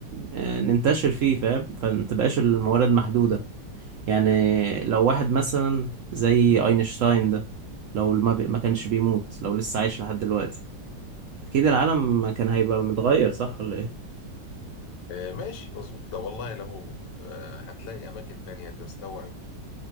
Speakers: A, on the right (about 70°); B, on the left (about 80°).
A: آه، ننتشر فيه فاهم فما تبقاش الموارد محدودة يعني لو واحد مثلا زي اينشتاين ده لو ما بي- ما كانش بيموت لو لسه عايش لحد دلوقتي اكيد العالم كان هيبقى متغير صح ولا ايه
B: آه، ماشي مظبوط لو والله لو آه، هتلاقي اماكن تانية تستوعب